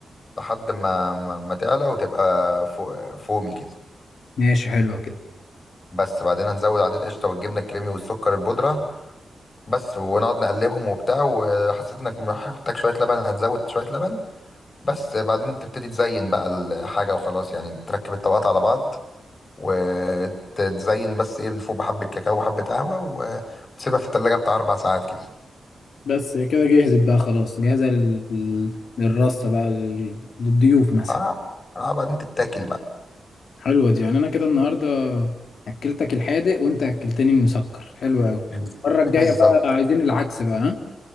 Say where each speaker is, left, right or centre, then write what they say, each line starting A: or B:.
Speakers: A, on the left; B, on the left.
A: لحد ما ما ما تعلى وتبقى فو- فومي كده
B: ماشي حلوة كده
A: بس بعدين هنزود عليه القشطة والجبنة الكريمي والسكر البودرة بس ونقعد نقلبهم وبتاع وحسيت انك محتاج شوية لبن هتزود شوية لبن بس بعدين تبتدي تزين بقى الحاجة وخلاص يعني تركب الطبقات على بعض وتزين بس ايه من فوق بحبة كاكاو وحبة قهوة و- وتسيبها في التلاجة بتاع أربع ساعات كده
B: بس هي كده جهزت بقى خلاص جاهزة لل... لل- للرصة بقى لل... للضيوف مثلا
A: اه, آه بعدين تتاكل بقى
B: حلوة دي يعني أنا كده النهاردة أكلتك الحادق وأنت أكلتني المسكر حلوة أوي
A: <laughs>
B: المرة الجاية
A: بالظبط
B: بقى عايزين العكس بقى ها